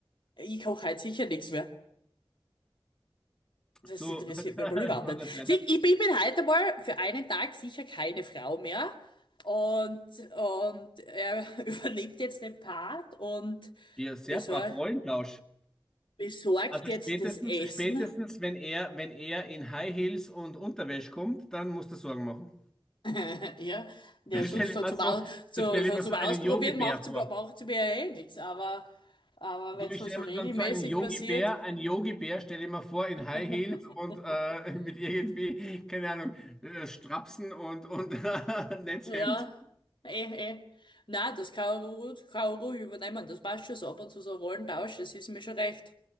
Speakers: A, on the left (about 60°); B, in the centre.
A: Ich koche halt sicher nichts mehr. Das
B: Du,
A: interessiert
B: <laughs>
A: mich aber überhaupt
B: von
A: nicht.
B: der Seite.
A: Sieh, ich bin bin heute mal für einen Tag sicher keine Frau mehr. Und, und er <laughs> übernimmt jetzt den Part und
B: Ja, sehr
A: besor
B: brav, Rollentausch.
A: besorgt
B: Also
A: jetzt
B: spätestens,
A: das Essen.
B: spätestens, wenn er, wenn er in High Heels und Unterwäsche kommt, dann musst du Sorgen machen.
A: <laughs> Ja, der
B: Dann stelle
A: sonst so
B: ich mir
A: zum,
B: so,
A: Au so,
B: dann stelle
A: so
B: ich mir
A: zum
B: so
A: Ausprobieren
B: einen Yogi-Bär
A: macht,
B: vor.
A: macht mir ja eh nichts. Aber, aber
B: Du,
A: wenn
B: ich
A: es wohl
B: stelle
A: so regelmäßig
B: mir dann so einen Yogi-Bär,
A: passiert.
B: einen Yogi-Bär stelle ich mir vor in
A: <laughs>
B: High Heels und äh, <laughs> mit irgendwie, keine Ahnung, äh, Strapsen und, und <laughs> Netzhemd.
A: Ja, eh, eh. Na, das Kaoru, Kaoru übernehmen, das passt schon so ab und zu so Rollentausch, das ist mir schon recht.